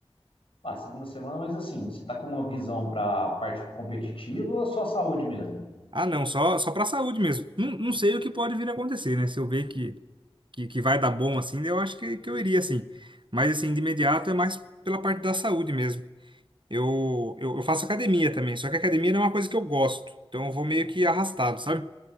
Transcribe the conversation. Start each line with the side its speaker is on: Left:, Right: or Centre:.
Left: Ah, segunda semana, mas assim, você tá com uma visão pra parte competitiva ou só saúde mesmo?
Right: Ah, não, só só para saúde mesmo. Não, não sei o que pode vir a acontecer, né? Se eu ver que que, que vai dar bom assim, eu acho que, que eu iria assim. Mas assim, de imediato é mais pela parte da saúde mesmo. Eu, eu, eu faço academia também, só que academia não é uma coisa que eu gosto. Então eu vou meio que arrastado, sabe?